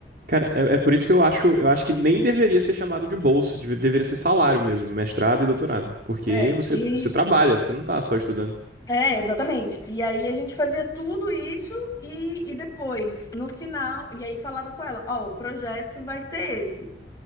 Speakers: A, on the right (about 55°); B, on the left (about 20°).
A: Cara, é, é por isso que eu acho, eu acho que nem deveria ser chamado de bolsa, deve- deveria ser salário mesmo, mestrado e doutorado. Porque
B: É,
A: você,
B: e
A: você trabalha, você não tá só estudando.
B: é, exatamente. E aí a gente fazia tudo isso e, e depois, no final, e aí falava com ela, ó, o projeto vai ser esse.